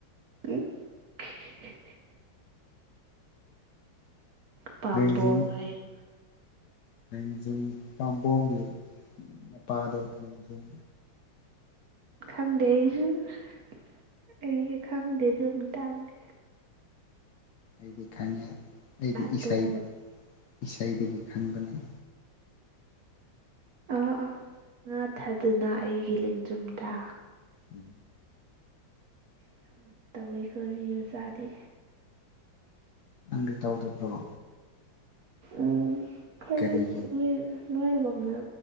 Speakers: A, on the right; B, on the left.
A: ꯎꯝ ꯈꯤ ꯍꯤ ꯍꯤ ꯍꯤ ꯄꯥꯝꯕꯣꯝ
B: ꯂꯦꯡꯖꯨꯝ
A: ꯍꯥꯏꯌꯣ
B: ꯂꯦꯡꯖꯨꯝ ꯄꯥꯝꯕꯣꯝꯒꯤ ꯃꯄꯥꯗꯣ ꯂꯦꯡꯖꯨꯝ
A: ꯈꯪꯗꯦ ꯑꯩꯁꯨ ꯍ ꯍ ꯑꯩꯗꯤ ꯈꯪꯗꯦ ꯑꯗꯨꯝ ꯇꯥꯡꯗꯦ
B: ꯑꯩꯗꯤ ꯈꯪꯉꯦ ꯑꯩꯗꯤ
A: ꯅꯥꯇꯣꯟ
B: ꯏꯁꯩ ꯏꯁꯩꯗꯒꯤ ꯈꯪꯕꯅꯦ
A: ꯑꯥ ꯑꯥ ꯉꯥꯊꯥꯗꯨꯅ ꯑꯩꯒꯤ ꯂꯦꯡꯖꯨꯝꯗ
B: ꯎꯝ
A: ꯌꯥꯝ ꯇꯧꯋꯤꯀꯣ ꯔꯤꯜ ꯆꯥꯗꯤ
B: ꯅꯪꯗꯤ ꯇꯧꯗꯕ꯭ꯔꯣ꯫
A: ꯎꯝ ꯈꯔꯗꯤ
B: ꯀꯔꯤꯒꯤ
A: ꯅꫭꯏꯔꯅꯤ꯫ ꯅꯣꯏꯒꯨꯝꯅ